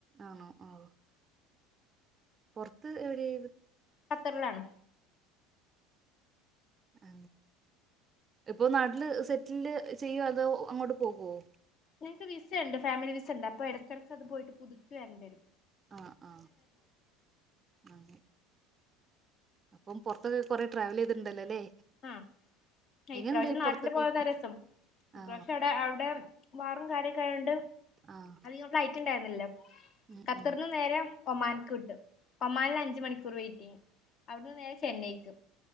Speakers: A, on the right (about 30°); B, on the left (about 50°).
A: ആണോ ആവ് പുറത്ത് എവിടെ
B: ഖത്തറിലണ്
A: അ ഇപ്പൊ നാട്ടില് സെറ്റില്ില് ചെയ്യുവ അതോ അങ്ങോട്ട് പോകുവോ
B: എനിക്ക് വിസ ഉണ്ട് ഫാമിലി വിസ ഉണ്ട് അപ്പോ ഇടടക്കക്ക് അത് പോയിട്ട്. പുതുകി വരണ്ടേ
A: ആഹ ആഹ അ അപ്പം പുറത്തൊക്കെ കൊറെേ ട്രാവൽ ചെയ്തിട്ടുണ്ടല്ലോ അല്ലേ
B: ആഹ
A: എങ്ങനെയുണ്ട്
B: ഇപ്രാവശ്യം നാട്ടില്
A: പുറത്തൊക്കെ
B: പോയത രസം ഇപ്രാവശ്യം
A: ആണോ
B: അവിടെ അവിടെ <unintelligible> കാര്യൊക്കെ ആയതോണ്ട്
A: ആഹ്
B: അത്ങ്ങ ഫ്ലൈറ്റ് ഉണ്ടായിരുന്നില്ലോ
A: ഉം
B: ഖത്തറിന്ന്
A: ഉം
B: നേര ഒമാനിക്ക് കിട്ടും ഒമാനിൽക് അഞ്ച മണിക്കൂർ വെയിറ്റ് അവിടുന്ന് നേരെ ചെന്നൈക്ക്